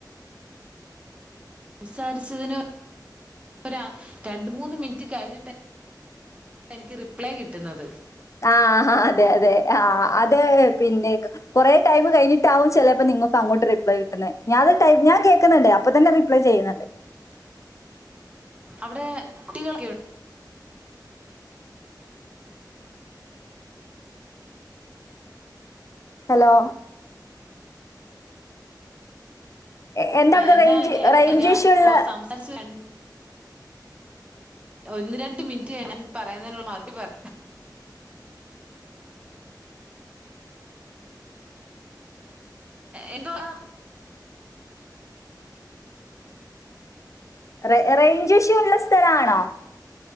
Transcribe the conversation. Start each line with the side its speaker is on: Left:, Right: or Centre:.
Right: സംസാരിച്ചതിന് ഒര രണ്ട് മൂന്ന് മിനിറ്റ് കഴിഞ്ഞിട്ട് ആ എനിക്ക് റിപ്ലൈ കിട്ടുന്നത്
Left: ആഹ് അതെ അതെ ആ അത് പിന്നെ കൊറെ ടൈം കഴിഞ്ഞിട്ടാവും ചിലപ്പോ നിങ്ങക്ക് അങ്ങോട്ട് റിപ്ലൈ കിട്ടുന്നത് ഞാൻ കേക്കുന്നുണ്ട് അപ്പൊ തന്നെ റിപ്ലൈ ചെയ്യുന്നുണ്ട്
Right: അവിടെ കുട്ടികൾ ഒക്കെയു
Left: ഹലോ എ- എന്താ
Right: ആ
Left: അവിടെ
Right: എന്നാ
Left: റേഞ്ച്
Right: അങ്ങനെ ആയിരിക്കും
Left: റേഞ്ച്
Right: ഞാൻ
Left: ഇഷ്യൂ ഉള്ള
Right: സംസാരിച്ച് കഴിഞ്ഞ് ഒന്ന് രണ്ട് മിനിറ്റ് ഞാൻ പറയുന്നേനുള്ള മറുപടി പറ എന്തുവാ
Left: റേ റേഞ്ച് ഇഷ്യൂ ഉള്ള സ്ഥ ലത്തിലാണോ